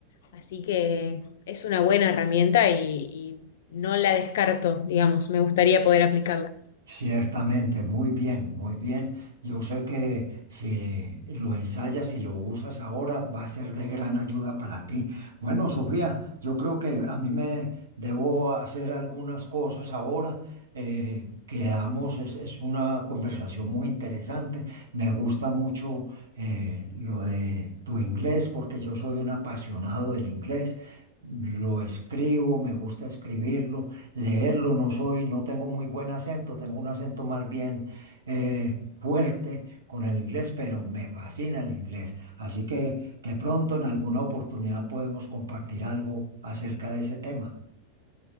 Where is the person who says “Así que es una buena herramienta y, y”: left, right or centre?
Left